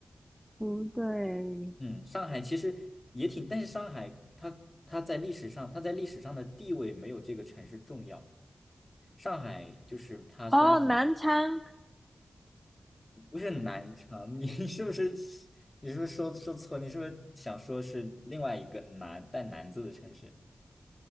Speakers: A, in the centre; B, on the left.
A: 不对，
B: 嗯，上海其实也挺，但是上海它它在历史上它在历史上的地位没有这个城市重要。上海就是它虽然很
A: 哦，南昌
B: 不是南昌，你 <laughs> 是不是你是不是说说错？你是不是想说是另外一个南带“南”字的城市？